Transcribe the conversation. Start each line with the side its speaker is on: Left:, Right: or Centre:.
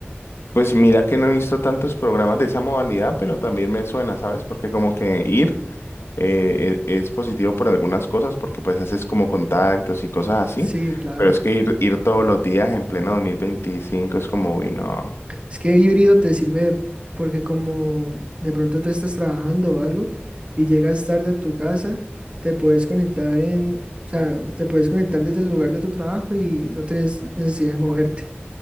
Left: Pues mira que no he visto tantos programas de esa modalidad, pero también me suena, ¿sabes? Porque como que ir eh, e- es positivo por algunas cosas, porque pues haces como contactos y cosas así,
Right: Sí, claro.
Left: pero es que ir, ir todos los días en pleno 2025 es como, uy, no.
Right: Es que híbrido te sirve porque como de pronto tú estás trabajando o algo y llegas tarde a tu casa, te puedes conectar en, o sea, te puedes conectar desde el lugar de tu trabajo y no tienes necesidad de moverte.